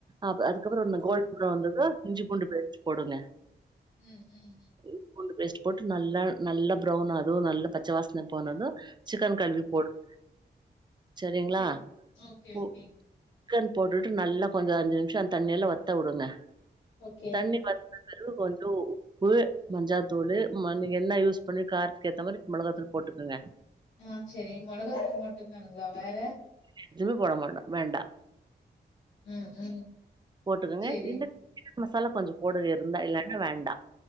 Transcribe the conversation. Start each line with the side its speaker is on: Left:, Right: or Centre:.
Right: அப் அதுக்கப்பறோ ந்த கோல்டன் ப்ரவுன் வந்தது இஞ்சி பூண்டு பேஸ்டு போடுங்க
Left: ம் ம் ம்
Right: இஞ்சி பூண்டு பேஸ்டு போட்டு நல்லா நல்லா ப்ரவுன் அதுவ் நல்ல பச்ச வாசன போனது சிக்கன் கழுவி போடுங்க சரிங்களா
Left: சரி. ஓகே,
Right: போ
Left: ஓகேங்க.
Right: க்கன் போட்டுட்டு நல்லா கொஞ்சோ அஞ்சு நிமிஷொ அந்த தண்ணில்லா வத்த வுடுங்க
Left: ஓகே.
Right: தண்ணி வத்துன பெறவு கொஞ்சோ ப்பு மஞ்சாத்தூளு ம நீங்க என்ன யூஸ் பண்ணி காரத்துக்கு ஏத்த மாரி மொளகாத்தூளு போட்டுக்கோங்க
Left: ஆ செரி மொளகாத்தூள் மட்டுதானுங்களா வேற
Right: வேற எதுமே போட மாட்டோ வேண்டா
Left: ம் ம்
Right: போட்டுக்கோங்க
Left: சேரி.
Right: இந்த சிக்கன் மசாலா கொஞ்சொ போடது இருந்தா இல்லன்னா வேண்டா